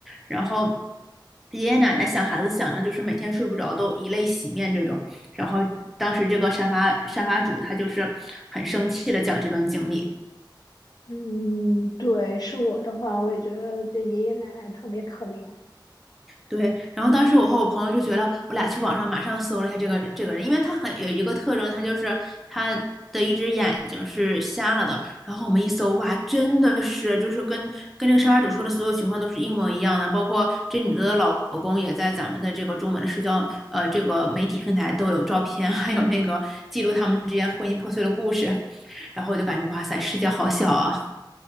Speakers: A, in the centre; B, on the left.
A: 然后爷爷奶奶想孩子想的就是每天睡不着都以泪洗面这种。然后当时这个沙发沙发主他就是很生气的讲这段经历，
B: 嗯，对，是我的话，我也觉得这爷爷奶奶特别可怜。
A: 对，然后当时我和我朋友就觉得，我俩去网上马上搜了一下这个这个人，因为他很有一个特征，他就是他的一只眼睛是瞎了的。然后我们一搜，哇，真的是就是跟跟这个沙发主说的所有情况都是一模一样的，包括这女的老公也在咱们的这个中文的社交呃这个媒体平台都有照片，还有那个记录他们之间婚姻破碎的故事。<laughs> 然后我就感觉哇塞，世界好小啊！